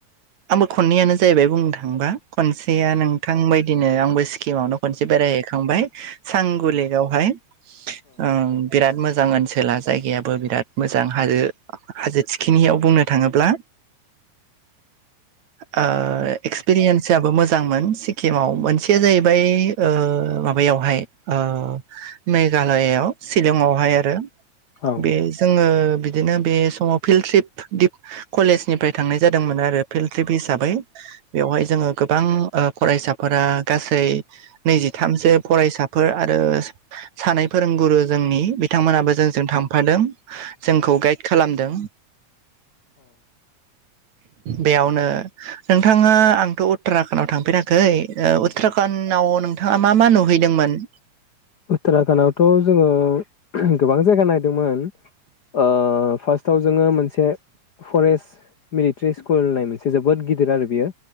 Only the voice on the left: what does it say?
उत्तराखन्डआवथ'
उत्तराखणडआवथ' जोङो गोबां जायगा नायदोंमोन। ओ फार्स्ट टाव जोङो मोनसे फरेस्ट मिलिट्रि स्कुल होननाय मोनसे जोबोद गिदिर आरो बेयो